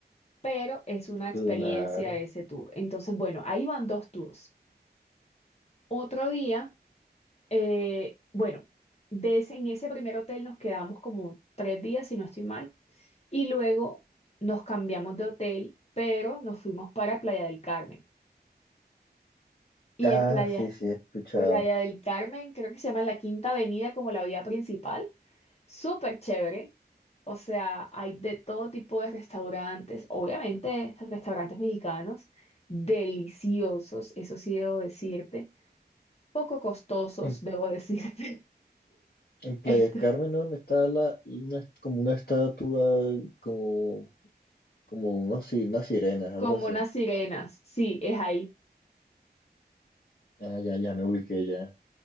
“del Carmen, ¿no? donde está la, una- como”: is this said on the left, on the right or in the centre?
Left